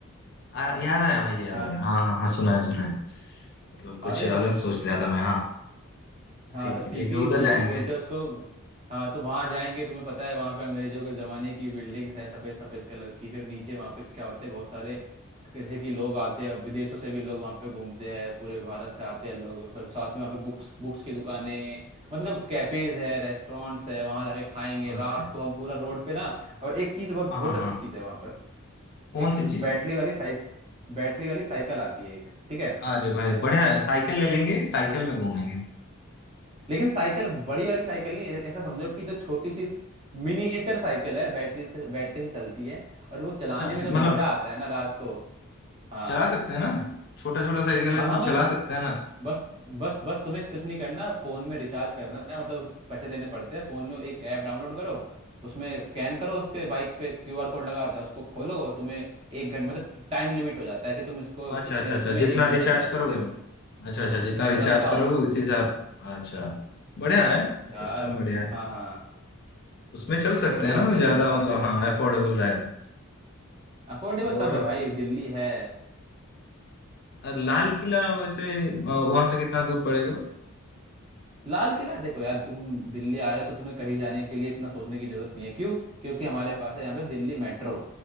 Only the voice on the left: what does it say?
आया आ- याद आया भाई याद
आया हाँ हाँ हाँ सुना है सुना है मतलब कुछ
अलग सोच लिया था मैं हाँ
ठीक
है ठीक है उधर
जाएंगे
अरे
हाँ
हाँ
हाँ
कौन
सी चीज
अरे भाई बढ़िया है साइकिल ले लेंगे साइकिल में घूमेंगे
अच्छा
मतलब
चला सकते हैं ना छोटा छोटा साइकिल
है
तो
चला सकते हैं ना
अच्छा
अच्छा
अच्छा
जितना
रिचार्ज
करोगे
अच्छा अच्छा जितना
रिचार्ज
करोगे
उसी
हिसाब अच्छा बढ़िया है
सिस्टम बढ़िया है
उसमें चल
सकते
हैं ना
ज्यादा
मतलब
हाँ अफोर्डेबल रहेगा
और
अ, लाल किला वैसे वहां से कितना दूर पड़ेगा